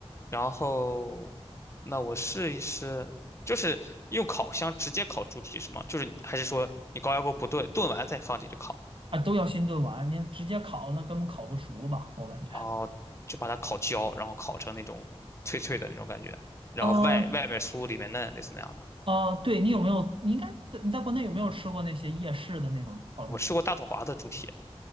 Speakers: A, on the left; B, on the right.
A: 然后，那我试一试，就是用烤箱直接烤猪蹄是吗？就是你还是说你高压锅不炖，炖完再放进去烤？
B: 啊，都要先炖完，你直接烤那根本烤不熟吧，我感觉。
A: 哦，就把它烤焦，然后烤成那种脆脆的那种感觉，然后外外面酥里面嫩，
B: 呃
A: 类似那样的。
B: 呃，对你有没有？你应该在你在国内有没有吃过那些夜市的那种烤猪蹄
A: 我吃过大统华的猪蹄，